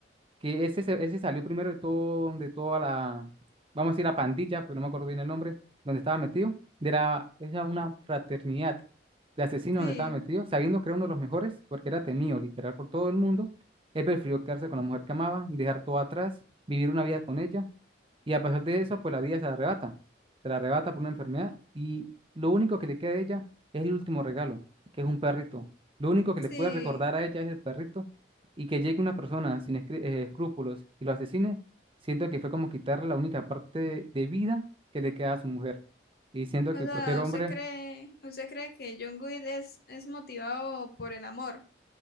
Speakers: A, on the right; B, on the left.
A: que ese, se- ese salió primero de todo, de toda la, vamos a decir la pandilla, porque no me acuerdo bien el nombre, donde estaba metido, de la, era una fraternidad de asesinos
B: Sí,
A: donde estaba metido, sabiendo que era uno de los mejores, porque era temido literal por todo el mundo, él prefirió quedarse con la mujer que amaba, dejar todo atrás, vivir una vida con ella y a pesar de eso, pues la vida se la arrebata. Se la arrebata por una enfermedad y lo único que le queda a ella es el último regalo, que es un perrito. Lo único que
B: sí.
A: le puede recordar a ella es el perrito y que llegue una persona sin escru- eh, escrúpulos y lo asesine, siento que fue como quitarle la única parte de vida que le queda a su mujer. Y siento
B: O
A: que
B: sea,
A: cualquier hombre,
B: ¿usted cree, usted cree que John Good es, es motivado por el amor?